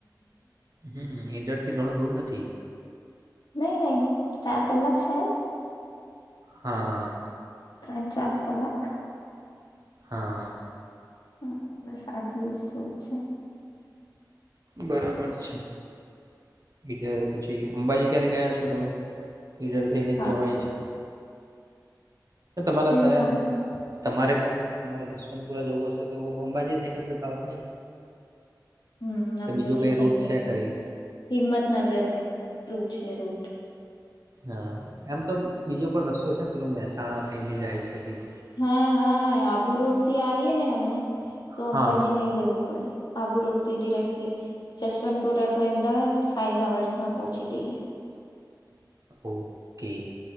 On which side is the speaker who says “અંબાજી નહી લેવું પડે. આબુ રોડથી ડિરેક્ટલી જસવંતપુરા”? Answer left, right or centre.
Left